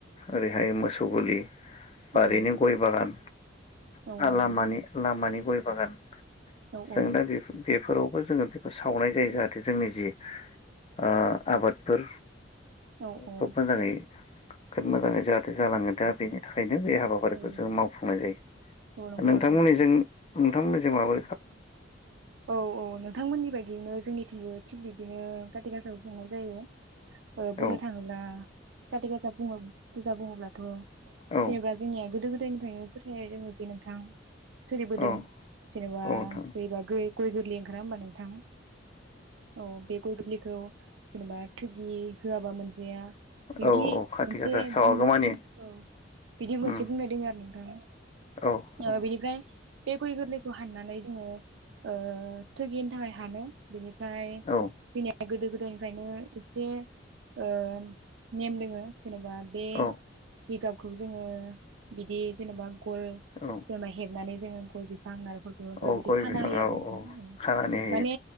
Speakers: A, on the left; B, on the right.
A: ओरैहाय मोसौ गलि बारिनि
B: औ
A: गय बागान
B: औ नंगौ
A: लामानि लामानि गय बागान
B: औ औ
A: जोंना बेफोर बेफोराव जोङो बेखौ सावनाय जायो जाहाथे जोंनि जि ओ आबादफोर
B: औ
A: खोब
B: औ
A: मोजाङै खोब मोजां जाहा जालाङो दा बेनि थाखायनो बे हाबाफारिखौ
B: औ
A: जों मावफुंनाय जायो
B: औ नंगौ
A: नोंथांमोननि
B: नोंथां
A: जों नोंथांमोननिजों माबो
B: औ औ नोंथांमोननि बायदियैनो जोंनिथिंबो थिग बि दिनो कातिक आसाखौ खुंनाय जायो। ओ बुंनो
A: औ
B: थाङोब्ला कातिक आसा बुङो फुजा बुङोब्लाथ'
A: औ
B: जेनेबा जोंनिया गोदो गोद दायनिफ्रायनो फोथायनाय दोङोदि नोंथां। सोलिबोदों
A: औ
B: जेनबा
A: औ नोंथां
B: बा गै गय गोरलै ओंखारा होमबा नोंथां। औ बे गय गोरलैखौ जेनेबा थुगि होआबा मोन जाया
A: औ
B: बिदि
A: खाथि
B: मोनसे
A: गासा सावागौमानि
B: बुंनाय ओ बिदि
A: उम
B: मोनसे बुंनाय दङो आरो ओं ओ
A: औ औ
B: बेनिफ्राय बे गय गोरलैखौ हाननानै जोङो ओ थैगिनो थाखाय हानो बिनि ओमफ्राय
A: औ
B: जोंनिया गोदो-गोदाय गोदोनिफ्रायनो एसे ओ नेम दोङो ज जेनेबा बे
A: औ
B: जिगाबखौ जोङो बिदि जेनबा गल
A: औ
B: जेनेबा हेबनानै ज जोङो गय गोर आं नालेखरखो
A: औ गय
B: <unintelligible> खाना
A: बिफाङाव
B: होयो आरो नोंथां
A: औ खानानै
B: माने